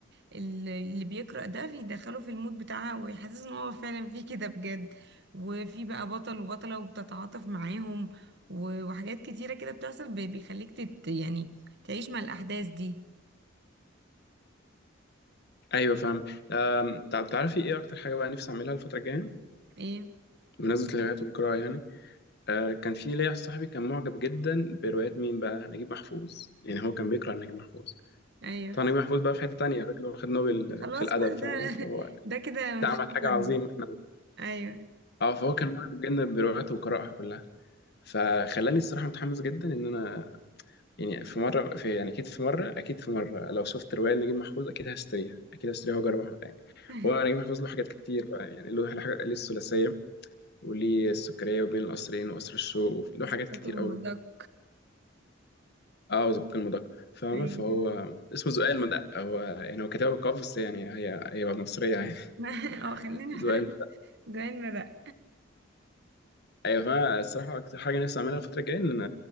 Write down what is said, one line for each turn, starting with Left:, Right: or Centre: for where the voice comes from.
Right: ال- اللي بيقرأ ده يدخله في المود بتاعها ويحسسه ان هو فعلا في كده بجد وفي بقى بطل وبطلة وبتتعاطف معاهم و- وحاجات كتيرة كده بتحصل بي- بيخليك تت يعني تعيش مع الأحداث دي
Left: ايوه فاهم آم، طب تعرفي ايه اكتر حاجه بقى نفسي اعملها الفتره الجايه
Right: ايه
Left: بمناسبه الروايات والقراءه يعني آه كان في ليا صاحبي كان معجب جدا بروايات مين بقى نجيب محفوظ يعني هو كان بيقرا نجيب محفوظ
Right: ايوه
Left: طبعا نجيب محفوظ بقى في حتة تانية الراجل واخد نوبل
Right: خلاص
Left: في الأدب
Right: بقى
Left: فاهم
Right: ده
Left: فهو أكيد
Right: ده كده مفيش
Left: عمل
Right: مكرر
Left: حاجة عظيمة احنا
Right: ايوه
Left: اه فهو كان معاه بجد برواياته وقراءها كلها فخلاني الصراحة متحمس جدا إن أنا يعني في مرة في يعني أكيد في مرة أكيد في مرة لو شفت رواية لنجيب محفوظ أكيد هشتريها أكيد هشتريها وأجربها يعني
Right: <laughs>
Left: هو نجيب محفوظ له حاجات كتير بقى يعني له حاجة ليه الثلاثية وليه السكرية وبين القصرين وقصر الشوق له
Right: لازم
Left: حاجات كتير
Right: باكل
Left: قوي
Right: المدق
Left: اه وزبق المدق فاهمة
Right: ايوه
Left: فهو اسمه زقاق المدق هو يعني هو كتبها بالقاف بس يعني هي هي مصرية يعني
Right: <laughs> اه خليني
Left: <laughs>
Right: <laughs>
Left: زقاق
Right: جوين مرق
Left: ايوه فانا الصراحه اكتر حاجه نفسي اعملها الفتره الجايه ان